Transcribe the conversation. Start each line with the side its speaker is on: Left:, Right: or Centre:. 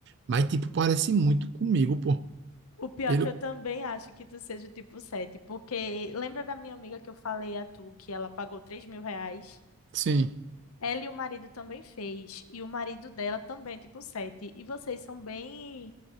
Right: mas tipo parece muito comigo, pô.
Left: O pior
Right: Pelo,
Left: é que eu também acho que tu seja o tipo 7, porque lembra da minha amiga que eu falei a tu que ela pagou três mil reais?
Right: sim,
Left: Ela e o marido também fez, e o marido dela também é tipo 7. E vocês são bem